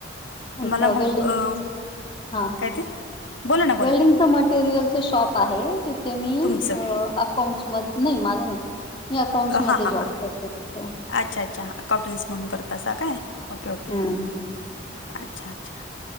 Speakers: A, on the left; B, on the left.
A: तुम्हाला
B: एक
A: मग
B: वेल्डिंग
A: अ,
B: हा
A: काय ते? बोला ना बोला
B: वेल्डिंगच मटेरियलच शॉप आहे तिथे मी
A: तुमचं.
B: अकाउंट्स मध्ये नाही माझं नाही अकां् मध्ये
A: हां हां
B: जॉब
A: हां.
B: करते तिथे.
A: अच्छा अच्छा अकाउटेन्स म्हणून करत अस काय ओके ओके
B: हं.
A: अच्छा अच्छा